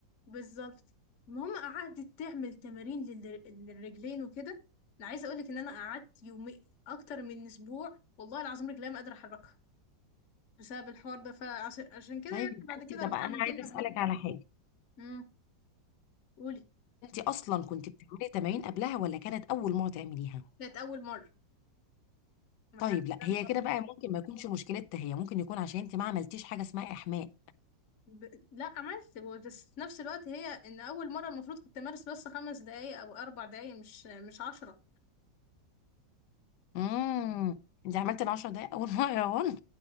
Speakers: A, on the left; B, on the left.
A: بالظبط المهم قعدت تعمل تمارين لل- للرجلين وكده انا عايزه اقولك ان انا قعدت يومي اكتر من اسبوع والله العظيم رجلي ما قادره احركها بسبب الحوار ده فعشان عشان كده
B: طيب
A: يعني
B: يبقى
A: بعد
B: انت
A: كده رحت
B: طب انا
A: عملت
B: عايزة
A: لها
B: أسألك
A: بلوك
B: على حاجة
A: امم قولي
B: انت اصلا كنت بتعملي تمارين قبلها ولا كانت اول مرة تعمليها
A: كانت اول مره ما
B: طيب
A: ه-
B: لا
A: ده
B: هي
A: غلط
B: كده بقى ممكن ما يكونش مشكلتها هي ممكن يكون عشان انت ما عملتيش حاجة اسمها احماء
A: ب... لا عملت هو بس في نفس الوقت هي ان اول مره المفروض كنت امارس بس خمس دقايق او اربع دقايق مش مش عشرة
B: امم انت عملت ال 10 دقايق اول مرة يا هون